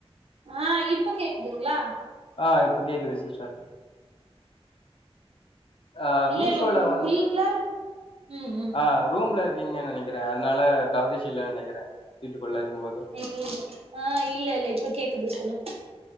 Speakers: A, on the right; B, on the left.
A: ஆ இப்ப கேக்குதுங்களா
B: ஆ இப்ப கேக்குது சிஸ்டர் ஆ
A: இல்ல
B: மீஷோல
A: இல்ல
B: வ
A: உள்ளார ம் ம்
B: ஆ ரூம்ல இரு ப்பிங்கன் நெனைக்கறே அதனால கவரேஜ் இல்லன்னு நெனைக்கிறே வீட்டுக்குள்ள இருக்கும்போது
A: ம், ஆ இல்ல இல்ல இப்ப கேக் குது சொல்லுங்